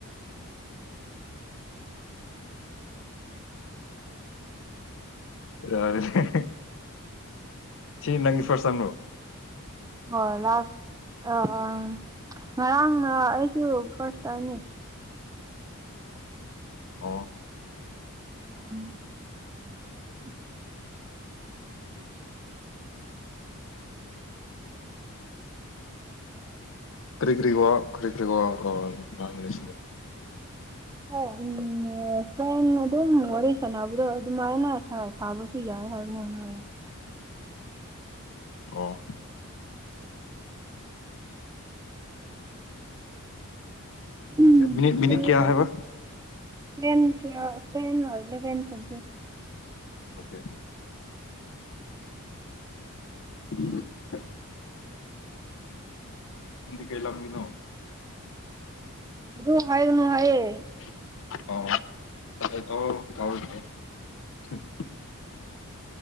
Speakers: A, on the left; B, on the right.
A: ꯌꯥꯔꯦ ꯍꯦ ꯍꯦ ꯁꯤ ꯅꯪꯒꯤ ꯐꯥꯔꯁ ꯇꯥꯏꯝꯂꯣ
B: ꯍꯣꯏ ꯂꯥꯁ ꯑꯥ ꯉꯔꯥꯡꯅ ꯑꯩꯁꯨ ꯐꯥꯔꯁ ꯇꯥꯏꯝꯅꯤ
A: ꯑꯣ
B: <inaudible>
A: ꯀꯔꯤ ꯀꯔꯤ ꯋꯥ ꯀꯔꯤ ꯋꯥ ꯑꯥ ꯉꯥꯡꯂꯤꯁꯦ
B: ꯎꯝ ꯐꯣꯟ ꯑꯗꯨꯝ ꯋꯥꯔꯤ ꯁꯥꯟꯅꯕꯗꯣ ꯑꯗꯨꯃꯥꯏꯅ ꯁꯥꯕꯁꯨ ꯌꯥꯏ ꯍꯥꯏꯕꯅꯤꯅ
A: ꯑꯣ
B: ꯎꯝ
A: ꯃꯤꯅꯤꯠ
B: ꯆꯥꯛ
A: ꯃꯤꯅꯤꯠ
B: ꯆꯥꯔꯕꯣ
A: ꯀꯌꯥ ꯍꯥꯏꯕ
B: ꯇꯦꯟ ꯇꯨꯋꯦꯜ ꯇꯦꯟ ꯏꯚꯦꯟ ꯇꯧꯁꯦ
A: ꯑꯣꯀꯦ <inaudible> ꯅꯪꯗꯤ ꯀꯩ ꯂꯝ ꯒꯤꯅꯣ
B: ꯑꯗꯣ ꯍꯥꯏꯒꯅꯨ ꯍꯥꯏꯌꯦ
A: ꯑꯣꯑꯣ <unintelligible>